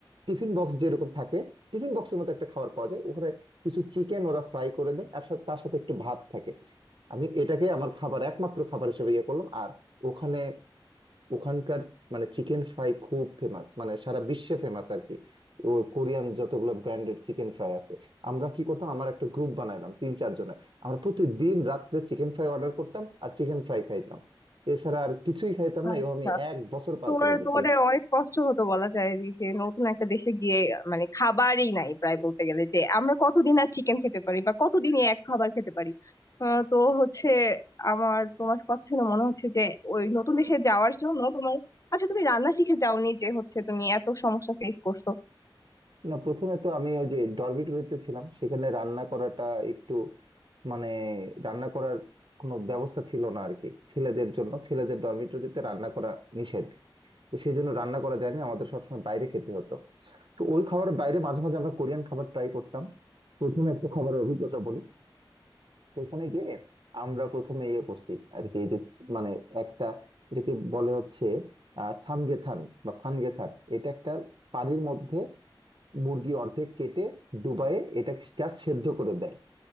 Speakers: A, on the right; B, on the left.
A: টিফিন বক্স যেরকম থাকে টিফিন বক্সের মতো একটা খাবার পাওয়া যায় ওখানে কিছু চিকেন ওরা ফ্রাই করে দেয় আর সাথে- তার সাথে একটু ভাত থাকে আমি এটাকে আমার খাবার একমাত্র খাবার হিসেবে ইয়ে করলাম আর ওখানে ওখানকার মানে চিকেন ফ্রাই খুব ফেমাস মানে সারা বিশ্বে ফেমাস আর কি ওই কোরিয়ান যতগুলো ব্র্যান্ডেড চিকেন ফ্রাই আছে আমরা কি করতাম আমার একটা গ্রুপ বানাইলাম তিন চার জনের আমরা প্রতিদিন রাত্রে চিকেন ফ্রাই অর্ডার করতাম আর চিকেন ফ্রাই খাইতাম এছাড়া আর কিছুই খাইতাম
B: থাকে
A: না এভাবে আমি এক বছর পার
B: তোমার
A: করে দিছি
B: তোমাদের অনেক কষ্ট হতো বলা যায় যে যে নতুন একটা দেশে গিয়ে মানে খাবারই নাই প্রায় বলতে গেলে যে আমরা কতদিন আর চিকেন খেতে পারি বা কতদিনই এক খাবার খেতে পারি আহ, তো হচ্ছে আমার তোমার কথা শুনে মনে হচ্ছে যে ওই নতুন দেশে যাওয়ার জন্য তোমার আচ্ছা তুমি রান্না শিখে যাওনি যে হচ্ছে তুমি এত সমস্যা ফেস করছো
A: না প্রথমে তো আমি ওই যে ডরমিটরিতে ছিলাম সেখানে রান্না করাটা একটু মানে রান্না করার কোনো ব্যবস্থা ছিল না আর কি ছেলেদের জন্য ছেলেদের ডরমিটরিতে রান্না করা নিষেধ তো সেই জন্য রান্না করা যায়নি আমাদের সবসময় বাইরে খেতে হতো তো ওই খাবার বাইরে মাঝে মাঝে আমরা কোরিয়ান খাবার ট্রাই করতাম প্রথমে একটা খাবারের অভিজ্ঞতা বলি এখানে গিয়ে আমরা প্রথমে ইয়ে করছি আর কি এই যে মানে একটা এটাকে বলে হচ্ছে আহ সামগেথান বা ফানগেথান এটা একটা পানির মধ্যে মুরগি অর্ধেক কেটে ডুবায়ে এটাকে জাস্ট সেদ্ধ করে দেয়